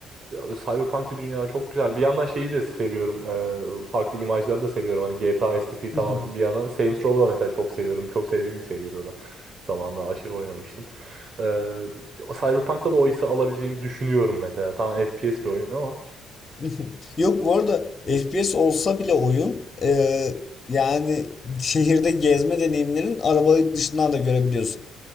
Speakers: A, on the right (about 50°); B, on the left (about 40°).
A: ya, cyberpunk bir dünya çok güzel. Bir yandan şeyi de seviyorum. e, farklı imajları da seviyorum. Hani GTA estetiği tamam
B: <laughs>
A: bir yana. Saints Row'u da mesela çok seviyorum. Çok sevdiğim bir seriydi o da. Zamanında aşırı oynamıştım. E, Cyberpunk'ta da o hissi alabileceğimi düşünüyorum mesela. Tamam FPS bir oyun ama.
B: <laughs> Yok bu arada FPS olsa bile oyun e, yani şehirde gezme deneyimlerin arabayı dışından da görebiliyorsun.